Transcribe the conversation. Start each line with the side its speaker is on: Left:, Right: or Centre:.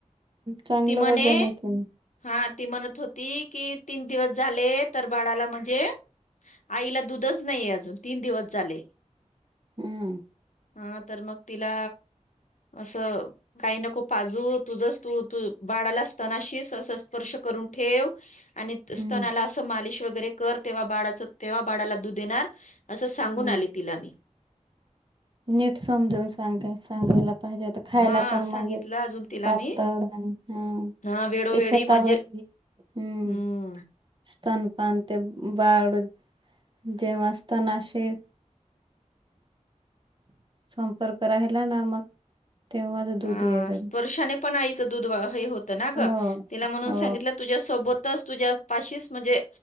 Right: चांगलं
Left: ती म्हणे
Right: वजन आहे की
Left: हा... ती म्हणत होती कि तीन दिवस झाले तर बाळाला म्हणजे... आईला दुधच नाहीये अजून तीन दिवस झाले..
Right: हम्म...
Left: हा तर मग तिला असं काही नको पाजू तुझच तू तू... वाडला असतानाशी स्पर्श करून ठेव... आणि स्तनाला
Right: हम्म
Left: असं मालिश वगैरे कर तेव्हा बाळाच तेव्हा बाळाला दूध येणार.. असं सांगून
Right: हम्म
Left: आले तिला मी...
Right: नीट समजवून सांगाय सांगायला.. पाहिजे तर खायला
Left: हा
Right: पण
Left: सांगितलं
Right: म्हणजे
Left: अजून तिला
Right: पातळ
Left: मी
Right: आणि हम.
Left: हा वेळोवेळी
Right: तेशातावरती
Left: म्हणजे
Right: हम्
Left: हम्म
Right: स्थन पण ते बाळ जेव्हा असताना असे. संपर्क राहिला ना मग तेव्हाच दूध
Left: हा
Right: येत
Left: स्पर्शाने पण आई च दुध हो हई होत नाग
Right: हो
Left: तिला म्हणून
Right: हो
Left: सांगितल तुझ्या सोबत. त तुझ्या पाशीचं म्हणजे